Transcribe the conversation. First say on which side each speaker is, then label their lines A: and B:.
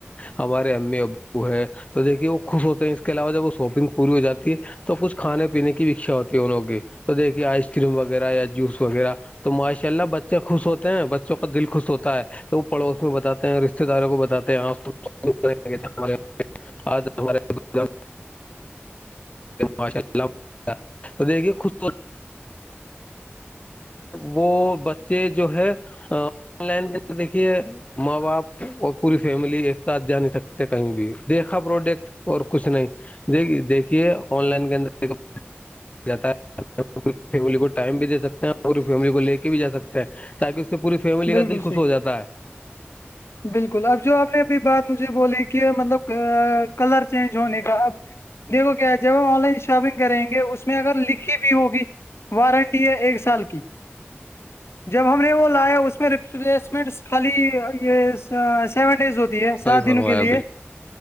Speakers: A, on the left; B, on the left.
A: ہمارے امی ابو ہے تو دیکھیے وہ خوش ہوتے ہیں اس کے علاوہ جب وہ شاپنگ پوری ہو جاتی ہے تو کچھ کھانے پینے کی بھیچھا ہوتی ہے ان لوگ کی تو دیکھیے آئس کریم وغیرہ یا جوس وغیرہ تو ماشاء اللہ بچے خوش ہوتے ہیں بچوں کا دل خوش ہوتا ہے تو وہ پڑوس میں بتاتے ہیں رشتے داروں کو بتاتے ہیں ہم آج ہمے ماشا اللہ تو دیکھیے خص وہ بچے جو ہے آ لائن کے اندر دیکھیے ماں باپ پوری فیملی ایک ساتھ جا نہیں سکتے کہیں بھی دیکھا پروڈکٹ اور کچھ نہیں دیک دیکھیے آن لائن کے اندر جاتا ہے فیملی کو ٹائم بھی دے سکتے ہیں پوری فیملی کو لے کے بھی جا سکتے ہیں کے تو پوری فیملی
B: بالکل
A: کا دل خوش
B: صحیح
A: ہو جاتا ہے
B: بالکل اب جو آپ نے ابھی بات مجھے بولی کہ مطلب کلر چینج ہونے کا اب دیکھو کیا جب ہم آن لائن شاپنگ کریں گے اس میں اگر لکھی بھی ہوگی وارنٹی ہے ایک سال کی جب ہم نے وہ لایا اس اس ریفلیشمنٹ خالی یہ سیون ڈیز ہوتی ہے سات
A: صحیح
B: دنوں
A: فرمایا
B: کے لیے
A: بالکل